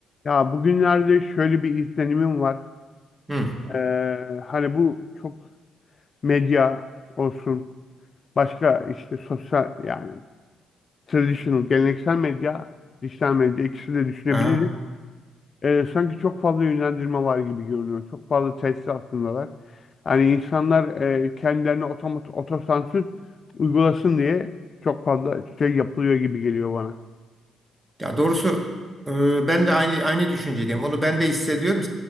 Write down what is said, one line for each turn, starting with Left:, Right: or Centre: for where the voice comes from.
Left: Ya bugünlerde şöyle bir izlenimim var.
Right: Hı.
Left: Ee, hani bu çok medya olsun, başka işte sosyal yani traditional, geleneksel medya, dijital medya ikisini de düşünebiliriz.
Right: Aha.
Left: Ee, sanki çok fazla yönlendirme var gibi görünüyor. Çok fazla tesir altındalar. Hani insanlar e, kendilerine otomat otosansür uygulasın diye çok fazla şey yapılıyor gibi geliyor bana.
Right: Ya doğrusu e, ben de aynı aynı düşüncedeyim. Onu ben de hissediyorum.